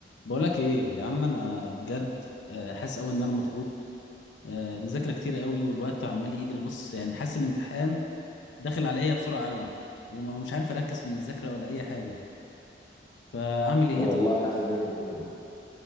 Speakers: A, on the left (about 85°); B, on the left (about 20°).
A: بقولك ايه يا عم انا بجد آه، حاسس قوي ان انا مضغوط آه، مذاكره كتير قوي والوقت عمال يجري بص يعني حاسس الامتحان داخل عليا بسرعه قوي ومش عارف اركز في المذاكره ولا اي حاجه فاعمل ايه
B: والله
A: طب
B: حاسس بيك يا محمد